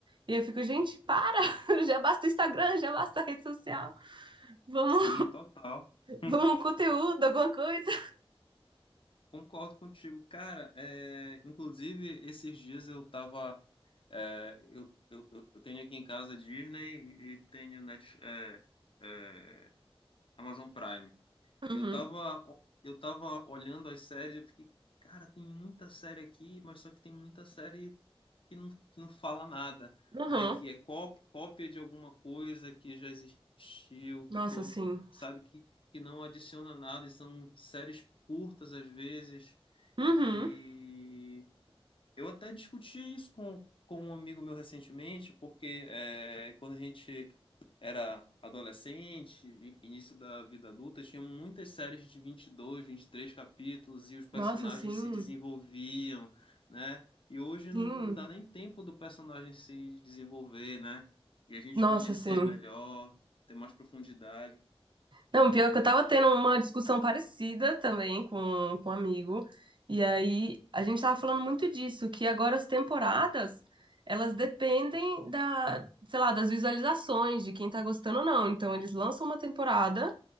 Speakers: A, on the right; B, on the left.
A: E eu fico, gente, para! <laughs> Já basta o Instagram, já basta a rede social. Vamos,
B: Sim, total. <laughs>
A: vamos um conteúdo, alguma coisa.
B: Concordo contigo, cara. É, inclusive, esses dias eu tava. é, eu, eu, eu eu tenho aqui em casa Disney e tenho Net, é, é, Amazon Prime.
A: Uhum,
B: E eu tava, eu tava olhando as séries e eu fiquei, cara, tem muita série aqui, mas só que tem muita série que não, que não fala nada,
A: uhum.
B: né? Que é cópia, cópia de alguma coisa que já existiu,
A: Nossa,
B: que tô,
A: sim.
B: sabe, que, que não adiciona nada e são séries curtas às vezes
A: Uhum.
B: e eu até discutia isso com, com um amigo meu recentemente, porque é, quando a gente era adolescente, i- início da vida adulta, tinha muitas séries de vinte vinte e dois vinte e três capítulos e os personagens
A: Nossa, sim.
B: se desenvolviam, né? E hoje
A: Sim.
B: não dá nem tempo do personagem se desenvolver, né? E a gente
A: Nossa,
B: conhecer
A: sim.
B: melhor, ter mais profundidade.
A: Não, pior é que eu tava tendo uma discussão parecida também com, com um amigo, e aí a gente tava falando muito disso, que agora as temporadas, elas dependem da, sei lá, das visualizações, de quem tá gostando ou não. Então eles lançam uma temporada,